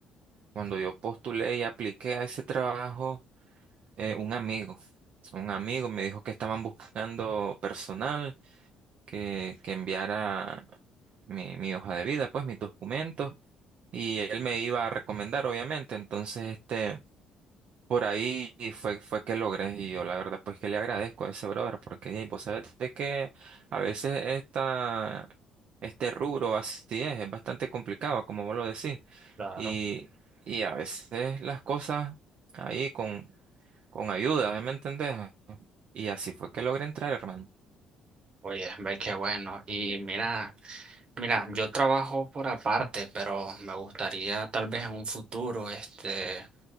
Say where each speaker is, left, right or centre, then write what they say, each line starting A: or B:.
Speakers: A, on the right (about 55°); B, on the right (about 40°).
A: cuando yo postulé y apliqué a ese trabajo, eh, un amigo, un amigo me dijo que estaban buscando personal. que, que enviara mi, mi hoja de vida, pues mis documentos, y él me iba a recomendar, obviamente. Entonces, este, por ahí fue, fue que logré, y yo la verdad, pues que le agradezco a ese brother, porque ey, vos sabés de que a veces esta, este rubro así es, es bastante complicado, como vos lo decís,
B: Claro.
A: y, y a veces las cosas ahí con, con ayuda, ¿me entendés? Y así fue que logré entrar, hermano.
B: Oye, ve qué bueno. Y mira, mira, yo trabajo por aparte, pero me gustaría tal vez en un futuro, este.